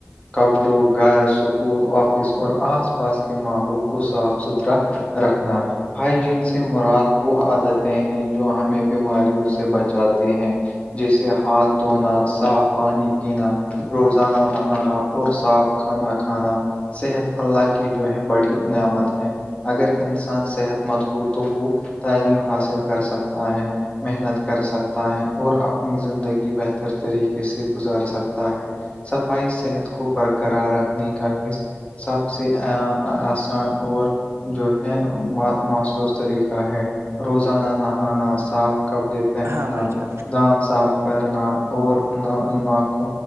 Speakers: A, on the left; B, on the right.
A: کپڑوں گھر سکول آفس اور آس پاس کے ماحول کو صاف ستھرا رکھنا ہائیجین سے مراد وہ عادتیں ہیں جو ہمیں بیماریوں سے بچاتے ہیں جیسے ہاتھ دھونا صاف پانی پینا روزانہ نہانا اور صاف کھانا کھانا صحت اللہ کی جو ہے بڑی نعمت ہے اگر انسان صحت مت ہو تو وہ تعلیم حاصل کر سکتا ہے محنت کر سکتا ہے اور اپنی زندگی بہتر طریقے سے گزار سکتا ہے صفائی صحت کو برقرار رکھنے کا ہی سب سے آسان اور جو ہے موصور طریقہ ہے روزانہ نہانا صاف کپڑے پہننا
B: ہاں بھائی جان
A: دان صاف کرنا اور نہ ناک